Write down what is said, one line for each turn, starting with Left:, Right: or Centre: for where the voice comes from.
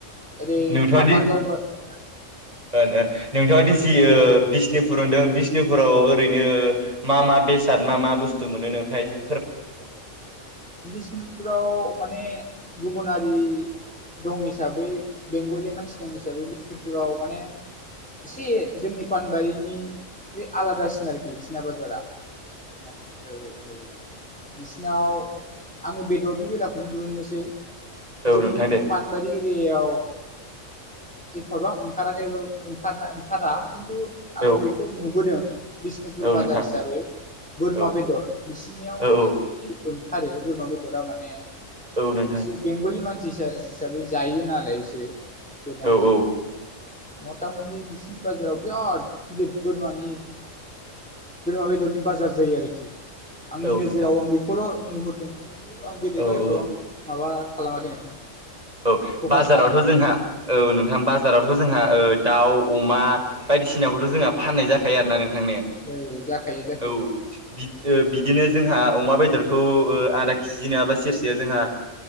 Centre: ओरै
Right: नुथ'वादि
Centre: खामारगाव
Right: ओ ओ नोंथाङा दि जियो ओ बिष्णुपुर होनदों बिष्णुपुराव ओरैनो मा मा बेसाद मा मा बुस बुस्थु मोनो नोंथाआ ए
Centre: आदसा आदसा बिष्णुपुराव माने गुबुनारि दं हिसाबै बेंगलिनि मानसि दं हिसाबै <unintelligible> पुराव माने एसे जोंनि फानबारिनि बे आलादासिन आरोखि बि सिना बाजारा माने औ औ बिसिनाव आङो बेदरनि बेलाखौनो दिहुनोसै
Right: औ
Centre: जोंनि
Right: नोंथां दे
Centre: फानबारि दैयाव एफाबा ओंखाराखैबाबो ओंखार ओंखारा खिन्थु आङो
Right: औ
Centre: बेखौ नुबोदों। बिष्णुपुर
Right: औ
Centre: बाजार
Right: नोंथां
Centre: हिसाबै बोरमा
Right: औ
Centre: बेदर बिसिनियाव
Right: औ
Centre: ओरैबायदि
Right: औ
Centre: ओंखारो बोरमा बेदरा माने
Right: औ नोंथां
Centre: बिसोर बेंगलि मानसि हिसाबै जायो नालाय बिसोरो बोरमा
Right: औ
Centre: बेदरखौ
Right: औ
Centre: मथा मथि बिसिनि बाजाराव बिराद गिदिर बोरमानि बोरमा बेदरनि बाजार जायो आरोखि आंनि
Right: औ
Centre: नोजोराव
Right: नोंथां
Centre: आं बेखौल' नुहुरदों खिन्थु आं बेलेगाव
Right: औ
Centre: एफाबां
Right: औ
Centre: माबा खालामाखै नोंथां।
Right: औ
Centre: फकास
Right: बाजारावथ'
Centre: खालामाखै
Right: जोंहा औ नोंथां बाजारावथ' जोंहा ओ दाउ अमा बायदिसिनाखौथ' जोंहा फाननाय जाखायो आरोना नों <inaudible>
Centre: औ जाखायो जाखायो
Right: औ <inaudible> बिदिनो जोंहा अमा बेदरखौ ओ आदा केजि नङाबा सेरसेया जोंहा